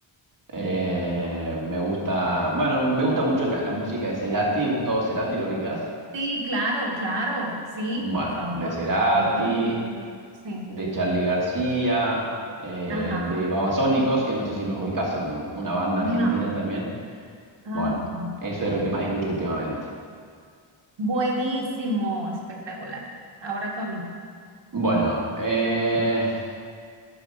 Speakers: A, on the right; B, on the right.
A: Eh, me gusta, bueno, me gusta mucho la, la música de Cerati, Gustavo Cerati, ¿lo ubicas?
B: Sí, claro, claro. Sí,
A: Bueno,
B: por favor.
A: de Cerati,
B: Muy conocido. Sí.
A: de Charly García, eh,
B: Ajá.
A: de Babasónicos, que no sé si los ubicás, son una banda
B: No.
A: argentina también.
B: Ah,
A: Bueno,
B: ok.
A: eso es lo que más escucho últimamente.
B: Buenísimo, espectacular. Ahora tú a mí.
A: Bueno, eh,